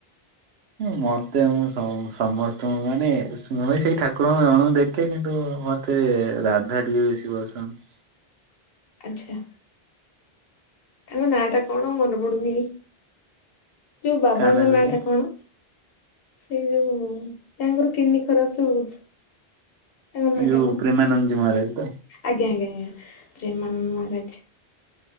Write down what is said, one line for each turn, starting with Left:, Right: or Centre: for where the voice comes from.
Right: ମତେ ମୁଁ ସମସ୍ତଙ୍କୁ ମାନେ ମୁଁବି ସେଇ ଠାକୁରଙ୍କୁ ଜଣଙ୍କୁ ଦେଖେ କିନ୍ତୁ ମ ମତେ ରାଧା ଟିକେ ବେଶି ବସନ୍ଦ।
Left: ଆଚ୍ଛା। ତାଙ୍କ ନାଁଟା କଣ ମନେପଡ଼ୁନି ଯୋଉ ବାବାଙ୍କ
Right: କାହା ନାଁ କହିଲେ
Left: ନାଁଟା କଣ? ସେଇ ଯଉ ତାଙ୍କର କିଡ଼ନୀ ଖରାପ୍ ଯଉ ହେଇଚି? ତାଙ୍କ ନଟା
Right: ଯୋଉ
Left: କଣ
Right: ପ୍ରେମାନନ୍ଦଜୀ ମହାରାଜ ତ
Left: ଆଜ୍ଞା ଆଜ୍ଞା ଆଜ୍ଞା ପ୍ରେମାନନ୍ଦ ମହାରାଜ୍।